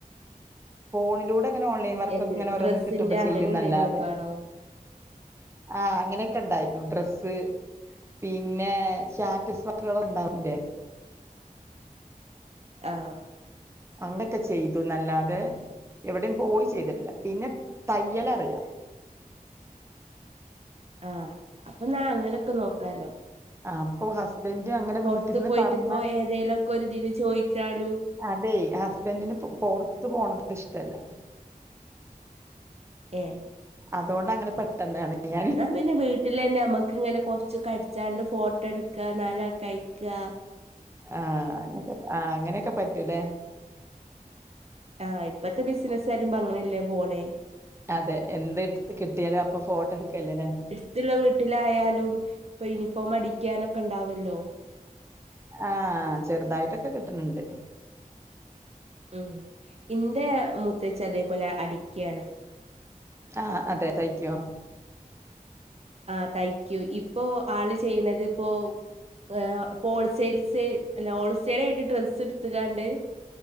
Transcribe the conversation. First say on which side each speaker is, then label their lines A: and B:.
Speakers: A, on the right; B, on the right.
A: ഫോണിലൂടെ ഇങ്ങനെ ഓൺലൈൻ- വർക്കൊക്കെ‌
B: എന്ത്
A: ഇങ്ങനെ ഓരോന്ന്
B: ഡ്രസ്സിന്റെ
A: കിട്ടുമ്പം
B: അങ്ങനെ
A: ചെയ്യുംന്നല്ലാതെ
B: എന്തേലും ഒക്കെ ആണോ
A: ആഹ് അങ്ങനെ- നിക്കണ്ടായിരുന്നു ഡ്രസ്സ് പിന്നെ സ്റ്റാറ്റസ് കളൊക്കെ ഉണ്ടാവൂല്ലേ-
B: ആഹ്-
A: അങ്ങൻക്കെ ചെയ്തുന്നല്ലാതെ എവിടെയും പോയി ചെയ്തിട്ടില്ല പിന്നെ തയ്യലറിയാം-
B: ആഹ് അപ്പൊന്നാ അങ്ങനൊക്കെ നോക്കാലോ-
A: ആഹ് അപ്പോ ഹസ്- ബൻ്റ് അങ്ങനെ-
B: പൊറത്ത്
A: വീട്ടിൽന്ന്
B: പോയിട്ട്
A: പറഞ്ഞ
B: ഇപ്പോ ഏതേലൊക്കെ ഒരു രീതീ ചോദിച്ചാലൂ-
A: അതെ ഹസ്ബൻഡിന് പൊറത്ത് പോണത് ഇഷ്ടല്ല-
B: ഏഹ്-
A: അത്കൊണ്ടങ്ങനെ പെട്ടെന്നാണ്- ഞാൻ
B: എന്നാ പിന്നെ വീട്ടിലെന്നെ അമ്മക്ക് ഇങ്ങനെ കൊറച്ച് കടിച്ചാണ്ട്- ഫോട്ടോ എടുക്ക്ക നല്ല കഴിക്ക്ക-
A: ആഹ് അങ്ങനെയൊക്കെ ആഹ് അങ്ങനെയൊക്കെ പറ്റൂലേ-
B: ആഹ് ഇപ്പഴത്തെ ബിസിനസ്സ് വരുമ്പം അങ്ങനെയല്ലേ പോണേ-
A: അതെ എന്ത് കിട്ടിയാലും അപ്പൊ ഫോട്ടോ എട്ക്ക്ല്ലേ ലേ-
B: കൊച്ചുള്ള വീട്ടിലായാലും ഇപ്പൊ യൂണിഫോം അടിക്കാനൊക്കെ ഉണ്ടാവല്ലോ-
A: ആഹ് ചെറുതായിട്ടൊക്കെ കിട്ടണണ്ട്-
B: ഉം ഇന്റെ മുത്തേച്ചി അതേപോലെ അടിക്കയാണ്-
A: ആഹ് അതെ തയ്ക്കോ?
B: ആഹ് തയിക്കും ഇപ്പോ ആള് ചെയ്യണത് ഇപ്പോ ആഹ് ഹോൾസെയിൽസ്- അല്ല ഹോൾ സെയിലായിട്ട് ഡ്രസ്സ് എടുത്ത്കാണ്ട്-